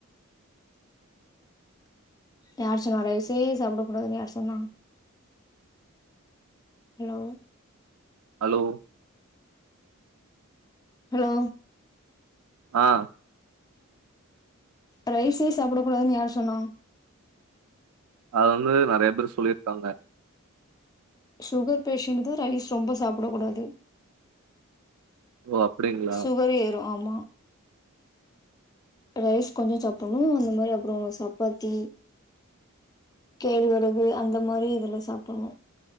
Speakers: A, on the left; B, on the right.
A: யார் சொன்னா ரைஸ்சே சாப்ட கூடாதுன் யார் சொன்னா ஹலோ
B: ஹலோ
A: ஹலோ
B: ஆஹ்
A: ரைஸே சாப்பிடக்க கூடாதுன்னு யார் சொன்னோம்
B: அது வந்து நிறைய பேர் சொல்லிருக்காங்க
A: சுகர் பேஷன் த ரைஸ் ரொம்ப சாப்பிடக் கூடாது
B: ஓ அப்டிங்களா?
A: சுகர் ஏறும் ஆமா ரைஸ் கொஞ்சம் சாப்பிடணும் அந்த மாதிரி அப்புறம் சப்பாத்தி கேள் வரகு அந்த மாதிரி இதுல சாப்பிடணும்